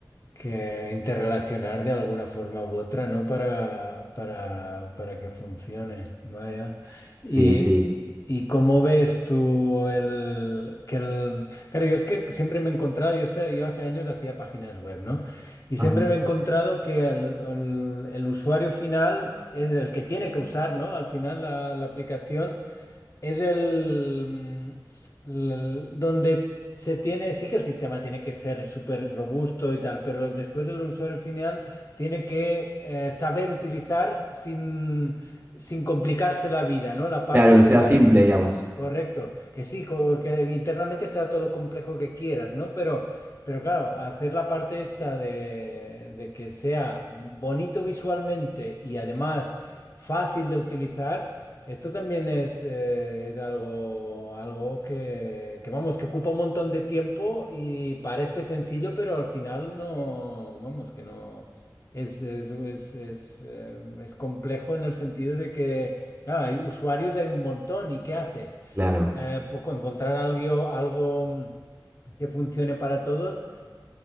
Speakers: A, on the left (about 40°); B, on the right (about 20°).
A: que interrelacionar de alguna forma u otra, ¿no? Para, para, para que funcione. Vaya.
B: Sí,
A: Y,
B: sí.
A: y cómo ves tú el, que el... Claro, yo es que siempre me he encontrado, yo, este- yo hace años hacía páginas web, ¿no? Y
B: Ajá.
A: siempre me he encontrado que el, el- el usuario final es el que tiene que usar, ¿no? Al final la la aplicación. Es el, mm, el- donde se tiene, sí que el sistema tiene que ser súper robusto y tal, pero después el usuario final tiene que eh, saber utilizar sin, sin complicarse la vida, ¿no? La parte
B: Claro, que
A: esta
B: sea simple, digamos.
A: Correcto, que sí, co- que internamente sea todo lo complejo que quieras, ¿no? Pero, pero claro, hacer la parte esta de, de que sea bonito visualmente y además fácil de utilizar, esto también es, eh, es algo, algo que, que, vamos, que ocupa un montón de tiempo y parece sencillo, pero al final no, vamos, que no, es, es, es, es, eh, es complejo en el sentido de que, claro, hay usuarios, hay un montón, ¿y qué haces?
B: Claro.
A: eh, poco, encontrar algo, algo mm, que funcione para todos.